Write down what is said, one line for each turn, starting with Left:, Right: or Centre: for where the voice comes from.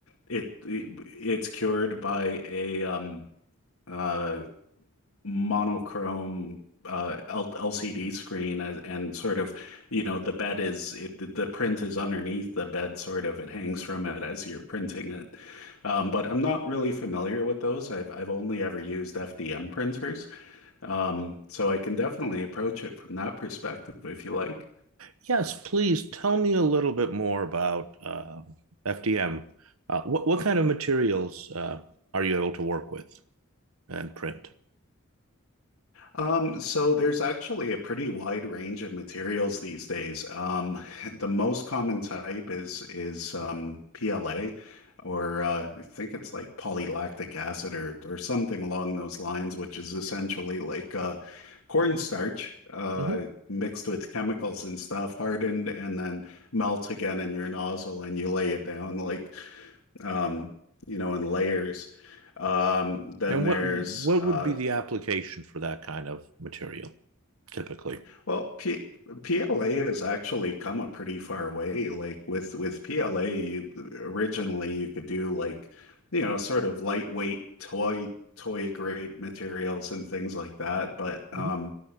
Left: it, it it's cured by a um uh monochrome uh L LCD screen as, and sort of you know the bed is it the the print is underneath the bed sort of it hangs from it as you're printing it. Um, but I'm not really familiar with those. I've I've only ever used FDM printers. Um, so I can definitely approach it from that perspective if you like.
Right: Yes, please tell me a little bit more about um FDM. Uh, what what kind of materials uh, are you able to work with and print?
Left: Um, so there's actually a pretty wide range of materials these days. Um, <laughs> the most common type is is um, PLA, or uh, I think it's like polylactic acid or or something along those lines, which is essentially like uh, cornstarch uh,
Right: Mm-hmm.
Left: mixed with chemicals and stuff, hardened and then melt again in your nozzle, and you lay it down like. um, you know, in layers. Um, Then
Right: And
Left: there's,
Right: what what
Left: uh,
Right: would be the application for that kind of material typically?
Left: well, P PLA has actually come a pretty far way. Like with with PLA, you originally you could do like, you know, sort of lightweight toy toy grade materials and things like that. But um,
Right: Mhm.